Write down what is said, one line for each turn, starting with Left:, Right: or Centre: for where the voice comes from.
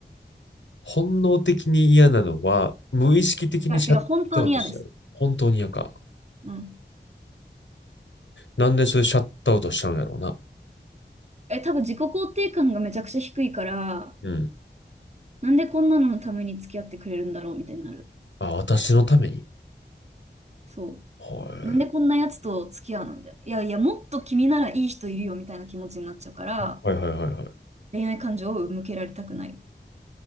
Left: 本能的に嫌なのは、無意識的にシャットアウトしちゃう。
Right: いや、てか本当に嫌です。
Left: 本当に嫌か。
Right: うん。
Left: なんでそれシャットアウトしちゃうんやろうな。
Right: え、多分自己肯定感がめちゃくちゃ低いから、
Left: うん。
Right: なんでこんなののために付き合ってくれるんだろうみたいになる。
Left: あ、私のために。
Right: そ
Left: は
Right: う。なんでこんなやつと付き合うのみたいな。いやいや、もっと君ならいい人いるよみたいな気持ちになっちゃうから、
Left: い。はいはいはいはい。
Right: 恋愛感情を向けられたくない。